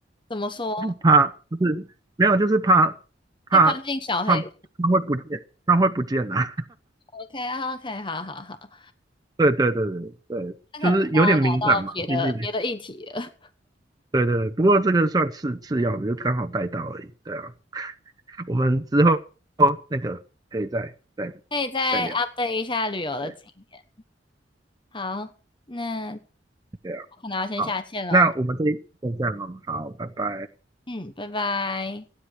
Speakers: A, on the left (about 25°); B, on the right (about 20°).
A: 怎么说？
B: 怕就是没有就是怕怕
A: 被关进小黑屋
B: 怕怕会不见，怕会不见啊，
A: ？OK OK，好好好，
B: <laughs> 对对对对对，
A: 那可能是要聊到别的别的议题了。
B: 就是有点敏感嘛，毕竟对对，不过这个算次次要的，就刚好带到而已，对啊。我们之后那个可以再再
A: 可以再
B: 再聊。
A: update 一下旅游的经验。
B: 对
A: 好，那我
B: 对啊，
A: 可能要先下线喽。
B: 好，那我们这一就这样哦，好，拜拜。
A: 嗯，拜拜。